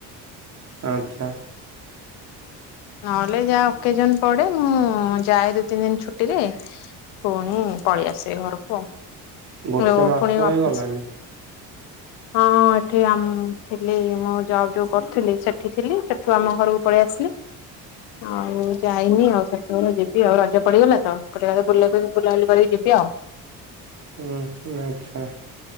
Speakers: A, on the right; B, on the left.
A: ଆଚ୍ଛା
B: ନହେଲେ ଯାହା ଅକେଜନ ପଡେ ମୁଁ ଯାଏ ଦି ତିନି ଦିନ ଛୁଟିରେ। ପୁଣି ପଳେଇଆସିବେ ଘରକୁ ଆଉ
A: ଗୋଟେ
B: ମୁ
A: ମାସ
B: ପୁଣି
A: ହେଇଗଲାନି।
B: ଅଫିସ୍। <inaudible> ହଁ ଏଠି ଥିଲି ମୁଁ ଜବ୍ ଯୋଉ କରୁଥିଲି ସେଠି ଥିଲି ସେଠୁ ଆମ ଘରକୁ ପଳେଇ ଆସିଲି। <inaudible> ହଉ ଯାଇନି ଆଉ ଶସୁଘଳେ ଯିବି ଆଉ ରଜ ପଡିଗଲା ତ ଗୋଟେବେ ବୁଲାବୁଲି କରିକି ଯିବି ଆଉ
A: ହୁଁ ଆଚ୍ଛା।